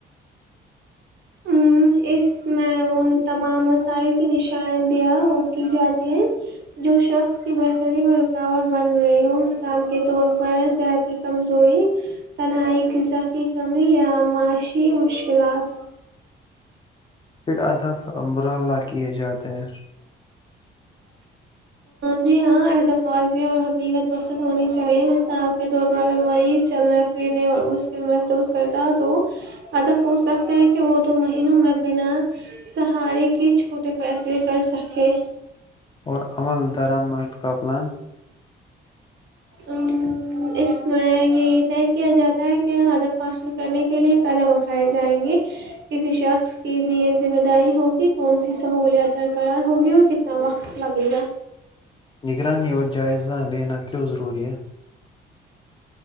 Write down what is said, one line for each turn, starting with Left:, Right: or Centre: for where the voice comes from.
Right: ا اس میں ان تمام مسائل کی نشاندہ کی جاتی ہے جو شخص کی بہتری میں رکاوٹ بن رہی ہو مثال کے طور پر صحت کی کمزوری تنہائی غذا کی کمی یا معاشی مشکلات
Left: پھر ادب ابر اللہ کیے جاتے ہیں
Right: جی ہاں ادف واضح اور حقیقت پسند ہونی چاہیے مثال کے طور پر اگر مریض چلنے پھرنے اور مشکل محسوس کرتا ہے تو ادف ہوچ سکتا ہے کہ وہ دو مہینوں میں بنا سہارے کے چھوٹے فیصلے کر سکے
Left: اورور عمل درم مند کپلان
Right: ا اس میں یہی طے کیا جاتا ہے کہ ادم حاصل کرنے کے لیے قدم اٹھائےائے جائیں گے کسی شخص کے لیے ذمہ داری ہوگی کون سی سہولیات درقرار ہوگی اور کتنا وقت لگے گا
Left: نگرانی جائزہ لینا کیوں ضروری ہے